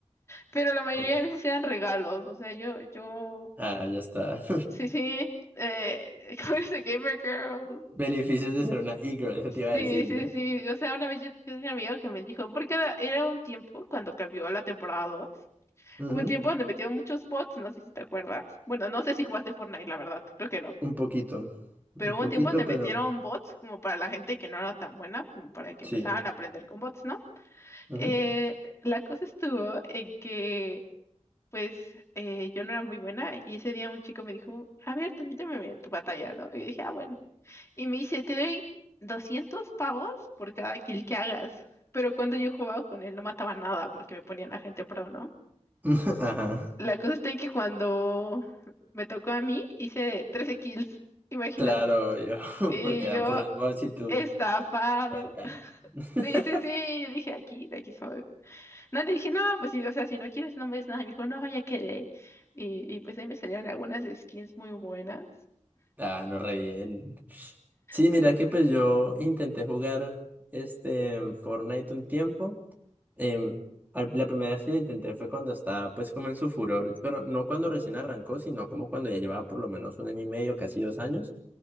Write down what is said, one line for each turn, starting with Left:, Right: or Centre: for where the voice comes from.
Left: pero la mayoría
Right: <laughs>
Left: de veces eran regalos, o sea, yo, yo,
Right: Ah, ya está.
Left: sí, sí, eh, <laughs> ¿cómo dice Gamer Girl?
Right: <laughs> Beneficios
Left: N-
Right: de ser una e-girl, eso te iba
Left: Sí,
Right: a decir
Left: sí,
Right: yo.
Left: sí, o sea, una vez yo, yo tenía un amigo que me dijo, porque era, era un tiempo cuando cambió la temporada 2
Right: Ujú,
Left: hubo un tiempo donde metieron muchos bots, no sé si te acuerdas, bueno, no sé si jugaste Fortnite, la verdad, creo que no.
Right: Un poquito,
Left: Pero
Right: un
Left: hubo un
Right: poquito,
Left: tiempo donde metieron
Right: pero
Left: bots como para la gente que no era tan buena, como para que
Right: sí.
Left: empezaran a aprender con bots, ¿no?
Right: ujú.
Left: Eh, la cosa estuvo en que, pues, eh, yo no era muy buena y ese día un chico me dijo, a ver, transmíteme tu batalla, ¿no? Y yo dije, ah, bueno. Y me dice, te doy 200 pavos por cada kill que hagas. Pero cuando yo jugaba con él no mataba nada porque me ponían a gente pro, ¿no?
Right: <laughs> Ajá.
Left: La cosa está en que cuando me tocó a mí hice 13 kills, imagínate.
Right: Claro, yo, <laughs>
Left: Y
Right: porque eran
Left: yo
Right: puros bots y tú.
Left: Estafado.
Right: "Verga".
Left: <laughs>
Right: <laughs>
Left: Sí, sí, sí, yo dije aquí, de aquí soy. No le dije, no, pues sí, o sea, si no quieres, no ves nada. Y Me dijo, no, ya quedé. Y, y pues ahí me salieron algunas skins muy buenas.
Right: Ah, no, re bien. Sí,
Left: Eh,
Right: mira que pues yo intenté jugar este Fortnite un tiempo. Em, al- la primera vez que lo intenté fue cuando estaba pues como en su furor, pero no cuando recién arrancó, sino como cuando ya llevaba por lo menos un año y medio, casi dos años.